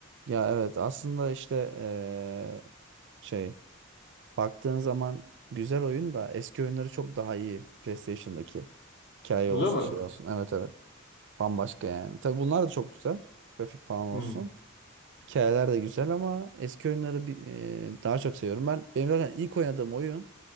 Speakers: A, on the right; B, on the left.
A: Ya evet aslında işte eee, şey baktığın zaman güzel oyun da eski oyunları çok daha iyi PlayStation'daki. Hikaye
B: Öyle
A: olsun
B: mi?
A: şey olsun. Evet evet. Bambaşka yani. Tabii bunlar da çok güzel. Grafik falan olsun.
B: Hı,
A: Hikayeler de güzel ama eski oyunları bir, e, daha çok seviyorum. Ben benim zaten ilk oynadığım oyun